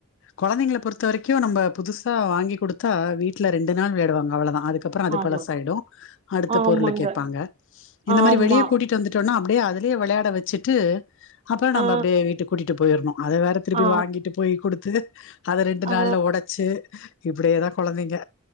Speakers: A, on the left (about 55°); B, on the right (about 30°).
A: கொலந்தைங்ள பொறுத்த வரிக்கு க்யூ நம்ப புதுசா வாங்கி குடுத்தா வீட்ல ரெண்டு நாள் விளையாடுவாங்க அவ்ளதா அதுக் அப்புறோ அது
B: ஆமா
A: பல சாய்டு அடுத்த
B: ஆமாங்க
A: பொருள கேப்பாங்க இந்த
B: ஆமா
A: மாறி வெளிய கூட்டிட் வந்துட்டோன்னா அப் அப்டியே அதுலயே விளையாட வெச்சிட்டு அப்றோ நம்ப
B: ஆ
A: அப்டியே வீட்டுக் ட்டு போயிர்ணோ அத வேற திருப்பி
B: ஆ
A: வாங்கிட்டு போய் குடுத்து அத ரெண்டு
B: ஆ
A: நாள்ல ஒடச்சி இப்டியேதா கொலந்திங்க